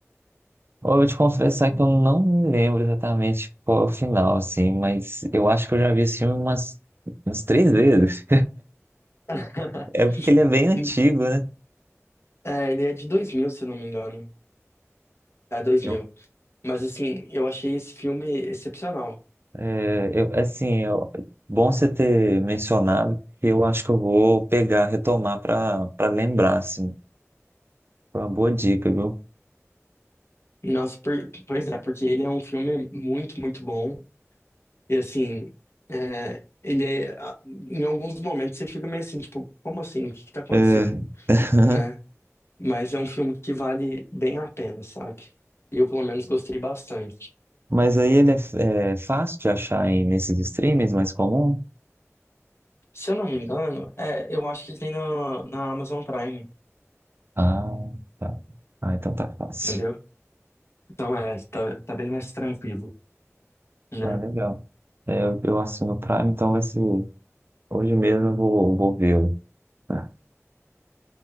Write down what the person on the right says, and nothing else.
Eu vou te confessar que eu não me lembro exatamente qual é o final, assim, mas eu acho que eu já vi esse filme umas, umas três vezes.
É porque ele é bem antigo,
né?
Eu,
é, eu- assim, eu- bom você ter mencionado, que eu acho que eu vou pegar, retomar para para lembrar, assim. Foi uma boa dica, viu?
É. <laughs>
Mas aí ele é, é fácil de achar aí nesses streams mais comum?
Ah, tá. Ah, então tá fácil.
Ah, legal. É, eu, eu assino o Prime, então vai ser. Hoje mesmo eu vou, vou vê-lo. né?